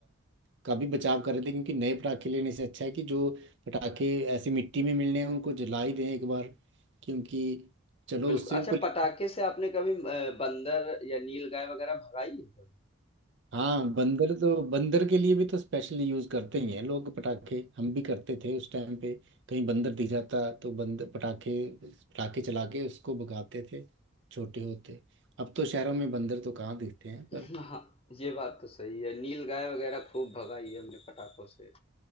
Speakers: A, on the right; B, on the left.
A: का भी बचाव कर रहे थे क्योंकि नए पटाखे लेने से अच्छा है कि जो पटाखे ऐसी मिट्टी में मिलने हैं उनको जला ही दें एक बार क्योंकि चलो
B: बिल्कुल
A: उससे
B: अच्छा
A: भी पोल्यू-
B: पटाखे से आपने कभी अ, बंदर या नील गाय वगैरह भगाई है कभी
A: हाँ बंदर तो बंदर के लिए भी तो स्पेशल यूज करते ही हैं लोग पटाखे हम भी करते थे उस टाइम पे कहीं बंदर दिख जाता तो बंदर पटाखे पटाखे चला के उसको भगाते थे छोटे होते अब तो शहरों में बंदर तो कहाँ दिखते हैं पर
B: <laughs> हाँ ये बात तो सही है नील गाय वगैरह खूब भगाई है हमने पटाखों से